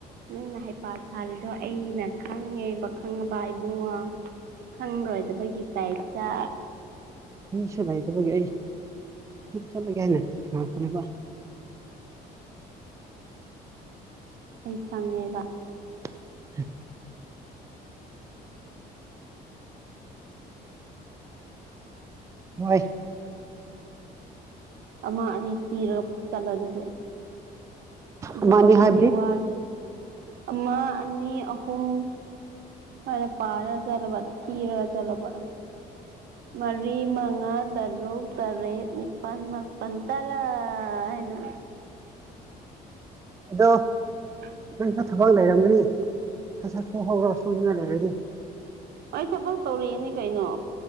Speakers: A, on the right (about 65°); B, on the right (about 20°).
A: ꯅꯪꯅ ꯍꯩꯄꯥ ꯁꯥꯥꯜꯂꯤꯗꯣ ꯑꯩꯅ ꯈꯪꯉꯦꯕ ꯈꯪꯉꯥꯕ ꯏꯕꯨꯡꯉꯣ ꯈꯪꯔꯣꯏꯗꯕꯒꯤ ꯇꯥꯏꯞꯇ
B: ꯃꯤꯁꯨ ꯂꯩꯇꯕꯒꯤ ꯑꯩ ꯆꯠꯂꯒꯦ ꯍꯥꯏꯅ ꯂꯥꯛꯄꯅꯦꯕ
A: ꯑꯩ ꯈꯪꯉꯦꯕ
B: ꯍ <inaudible> ꯋꯥꯏ
A: ꯑꯃ ꯑꯅꯤ ꯊꯤꯔꯥꯒ ꯆꯠꯂꯣ ꯗꯨꯗꯤ ꯑꯗꯨ
B: ꯑꯃꯅꯤ
A: ꯑꯣꯏꯔꯗꯤ
B: ꯍꯥꯏꯕꯗꯤ
A: ꯋꯥꯔ ꯑꯃ ꯑꯅꯤ ꯑꯍꯨꯝ ꯍꯥꯏꯅ ꯄꯥꯔꯒ ꯆꯠꯂꯣꯕ ꯊꯤꯔꯥꯒ ꯆꯠꯂꯣꯕ ꯃꯔꯤ ꯃꯉꯥ ꯇꯔꯨꯛ ꯇꯔꯦꯠ ꯅꯤꯄꯥꯜ ꯃꯥꯄꯟ ꯇꯔꯥ ꯍꯥꯏꯅ
B: ꯑꯗꯣ
A: ꯎꯝ <inaudible>
B: ꯅꯪ ꯊꯕꯛ ꯂꯩꯔꯝꯒꯅꯤ ꯁꯠ-ꯁꯠ ꯁꯨꯍꯧꯔꯣ ꯁꯣꯛꯅꯤꯡꯉꯥꯏ ꯂꯩꯔꯥꯗꯤ
A: ꯑꯩ ꯊꯕꯛ ꯇꯧꯔꯤꯅꯤ ꯀꯩꯅꯣ